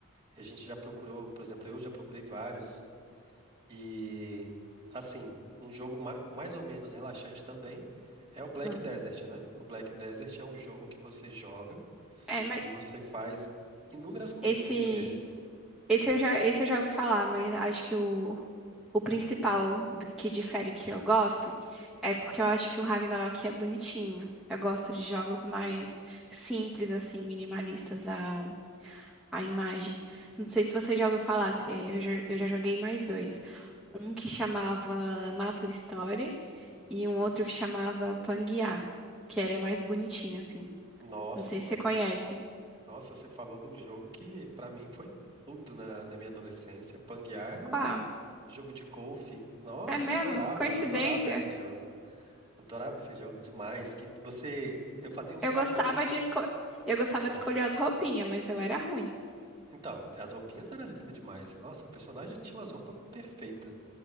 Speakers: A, on the right; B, in the centre.
A: A gente já procurou, por exemplo, eu já procurei vários. E, assim, um jogo ma- mais ou menos relaxante também é o Black
B: Ah.
A: Desert, né? O Black Desert é um jogo que você joga
B: É, mas
A: e você faz inúmeras coisas
B: esse.
A: dentro dele.
B: Esse eu já, esse eu já ouvi falar, mas acho que o, o principal do- que difere o que eu gosto é porque eu acho que o Ragnarok é bonitinho. Eu gosto de jogos mais simples, assim, minimalistas, a, a imagem. Não sei se você já ouviu falar, é, eu, jo- eu já joguei mais dois. Um que chamava Maple Story e um outro que chamava Pangaea, que era mais bonitinho, assim.
A: Nossa,
B: Não sei se você conhece.
A: nossa, você falou de um jogo que pra mim foi tudo na, na minha adolescência. Panguear era
B: Qual?
A: jogo de golfe. Nossa,
B: É mesmo?
A: adorava,
B: Coincidência.
A: adorava esse jogo. Adorava esse jogo demais. Que você, eu fazia uns
B: Eu
A: cálculos
B: gostava
A: e
B: de esco... eu gostava
A: pode falar.
B: de escolher as roupinhas, mas eu era ruim.
A: Então, as roupinhas eram lindas demais. Nossa, o personagem tinha umas roupas perfeitas.